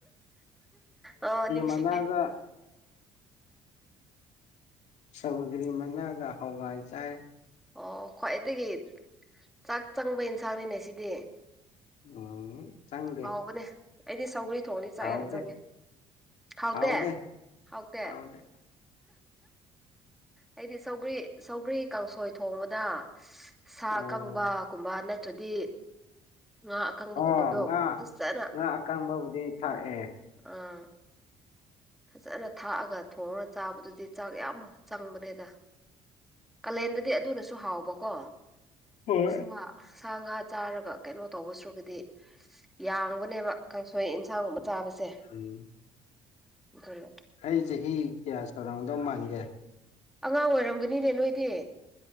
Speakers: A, in the centre; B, on the left (about 65°).
A: ꯑꯣ ꯅꯤꯡꯁꯤꯦꯡꯉꯦ
B: ꯃꯅꯥꯒ ꯁꯃꯒ꯭ꯔꯤ ꯃꯅꯥꯒ ꯍꯋꯥꯏ ꯆꯥꯏ
A: ꯑꯣ ꯈ꯭ꯋꯥꯏꯗꯒꯤ ꯆꯥꯛ ꯆꯪꯕ ꯑꯦꯟꯁꯥꯡꯅꯤꯅꯦ ꯁꯤꯗꯤ
B: ꯎꯝ ꯆꯪꯗꯦ
A: ꯍꯥꯎꯕꯅꯦ ꯑꯩꯗꯤ ꯁꯧꯒꯔꯤ ꯊꯣꯡꯉꯅꯤ ꯆꯥꯛ
B: ꯍꯥꯎꯗꯦ
A: ꯌꯥꯝ ꯆꯪꯉꯦ ꯍꯥꯎꯇꯦ
B: ꯍꯥꯎꯗꯦ
A: ꯍꯥꯎꯇꯦ
B: ꯍꯥꯎꯗꯦ
A: ꯑꯩꯗꯤ ꯁꯧꯒꯔꯤ ꯁꯧꯒ꯭ꯔꯤ ꯀꯥꯡꯁꯣꯏ ꯊꯣꯡꯕꯗ ꯁꯥ
B: ꯎꯝ
A: ꯑꯀꯪꯕꯒꯨꯝꯕ ꯅꯠꯇ꯭ꯔꯗꯤ ꯉꯥ ꯑꯀꯪꯕ
B: ꯑꯣ
A: ꯀꯨꯝꯕꯗꯣ
B: ꯉꯥ
A: ꯐꯖꯅ
B: ꯉꯥ ꯑꯀꯪꯕꯕꯨꯗꯤ ꯊꯥꯛꯑꯦ
A: ꯑꯥ ꯐꯖꯅ ꯊꯥꯛꯑꯒ ꯊꯣꯡꯉꯒ ꯆꯥꯕꯗꯨꯗꯤ ꯆꯥꯛ ꯌꯥꯝ ꯆꯪꯕꯅꯦꯗ ꯀꯥꯂꯦꯟꯗꯗꯤ ꯑꯗꯨꯅꯁꯨ ꯍꯥꯎꯕꯀꯣ
B: ꯍꯣꯏ
A: ꯁꯥ ꯁꯥ ꯉꯥ ꯆꯥꯔꯒ ꯀꯩꯅꯣ ꯇꯧꯕꯁꯨꯒꯗꯤ ꯌꯥꯡꯕ ꯅꯦꯕ ꯀꯥꯡꯁꯣꯏ ꯌꯦꯟꯁꯥꯡꯒꯨꯝꯕ ꯆꯥꯕꯁꯦ
B: ꯎꯝ
A: ꯑꯗꯨꯅ
B: ꯑꯩ ꯆꯍꯤ ꯀꯌꯥ ꯁꯔꯥꯡꯗꯣ ꯃꯥꯟꯒꯦ
A: ꯑꯉꯥꯡ ꯑꯣꯏꯔꯝꯒꯅꯤꯅꯦ ꯅꯣꯏꯗꯤ